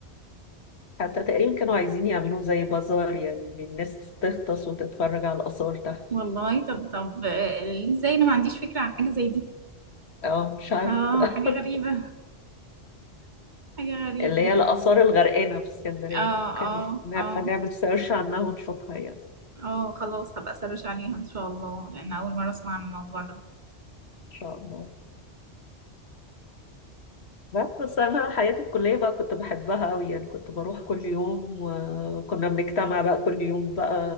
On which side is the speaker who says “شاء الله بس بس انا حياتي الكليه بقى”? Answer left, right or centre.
Left